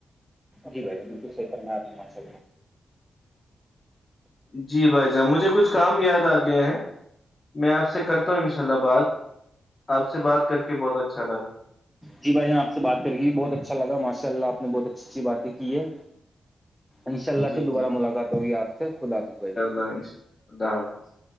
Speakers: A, in the centre; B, on the left.
A: جی بھائی جان بالک صی ف میں آپ نے م چ
B: جی بھائی جانب مجھے کچھ کام یاد آ گیا ہیں میں آپ سے کرتا ہوں انشاء اللہ بات آپ سے بات کر کے بہت اچھا لگا
A: جی بھائی یہاں آپ سے بات کر کےی بھی بہت اچھا لگا ماشاء اللہ آپ نے بہت اچھی اچھی باتیں کی ہے انشاء اللہ
B: جی
A: پھر دوبارہ ملاقات ہوگی آپ سے خود حافظ بھ جا
B: س <unintelligible> اللہ حافظ